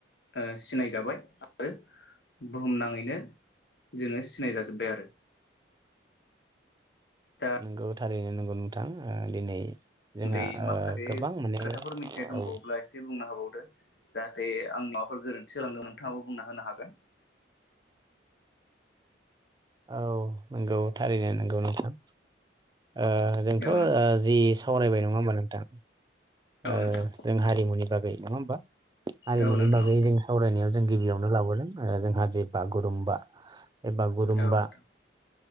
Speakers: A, on the left; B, on the right.
A: ओ सिनायजाबाय आरो बुहुम नाङैनो जोङो सिनाय जाजोब्बाय आरो। दा
B: नंगौ। थारैनो नंगौ नोंथां ओ दिनै जोंहा
A: मोन्दै माखासे
B: ओ गोबां माने
A: खोथाफोर मिथिनाय दंबावोब्ला
B: औ
A: एसे बुंनो हाबावदो। जाहाथे आं माबाफोर गोरोन्थि जालांदोंबा नोंथाङाबो बुंना होनो हागोन।
B: औ नंगौ थारैनो नोंगौ नोंथां। ओ जोंथ'
A: औ
B: ओ जि सा सावरायबाय नङा होमबा नोंथां।
A: नोंथां
B: ओ जों हारिमुनि बागै नङा होमबा? हारिमुनि
A: औ नोंथां
B: बागै जों सावरायनायाव जों गिबियावनो लाबोदों आरो जोंहा जे बागुरुम्बा गुरुमबा।
A: औ नोंथां